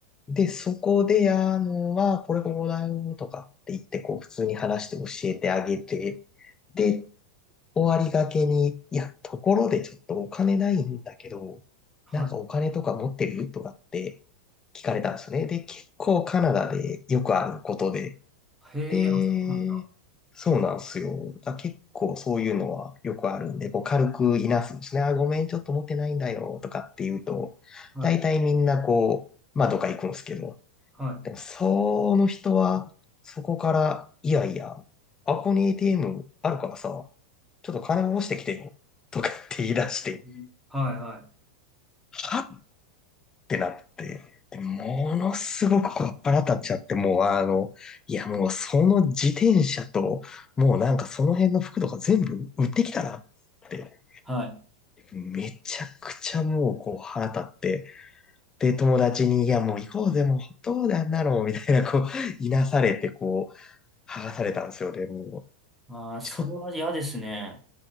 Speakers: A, on the left; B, in the centre.
A: で、そこで、あの、は、これこうだよとかって言って、こう、普通に話して教えてあげて、で、終わりがけに、いや、ところでちょっとお金ないんだけど、
B: は
A: なんかお金とか持ってるとかって聞かれたんですね。で、結構カナダでよくあることで、
B: い。へえ、
A: で、
B: あ、そうなんだ。
A: そうなんですよ。だ結構そういうのはよくあるんで、こう軽くいなすんですね。あ、ごめん、ちょっと持ってないんだよとかって言うと、
B: はい、
A: 大体みんなこう、まあどっか行くんですけど、
B: はい。
A: でも、その人は、そこから、いやいや、あこに ATM あるからさ、ちょっと金下ろしてきてよ、とかって言い出して、
B: うんはい、はい。
A: はってなって、で、ものすごくこう腹立っちゃって、もうあの、いやもうその自転車と、もうなんかその辺の服とか全部売ってきたなって、
B: はい。
A: めちゃくちゃもうこう腹立って、で、友達に、いやもう行こうぜ、もうどうだあんなの、みたいなこう、いなされて、こう、剥がされたんですよ。で、もう、
B: ああ、それは嫌ですね。
A: ちょっと、